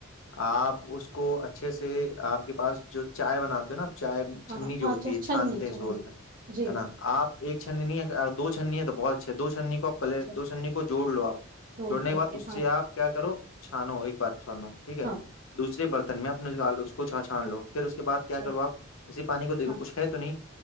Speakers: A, on the left; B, on the right.
A: آپ اس کو اچھے سے آپ کے پاس جو چائے بناتے ہو نا چائے چھننی
B: ہاں ہاں
A: جو
B: ہاں
A: ہوتی
B: اچھا
A: ہے
B: چھننی
A: چھانتے ہیں
B: چھننی
A: س بولتے
B: جی
A: ہے نا آپ ایک چھننی اور دو چھننی تو بہت اچھے دو چھننی کی کلر
B: اچھا
A: دو سنی کو جوڑ لو آپ
B: جوڑ
A: جوڑنے
B: کر
A: کے بع اس
B: ہاں
A: سے آپ کیا کرو چھان ہو ایک بار و ٹھیک ہے
B: ہاں
A: دوسری بر ت میں اپنے سےالو اس کو چا چھان لو پھر اس کے بعد کیا
B: اچھا
A: کرو آپ اسی پانی کو دیکھو
B: ہاں
A: کچھ ہے تو نہیں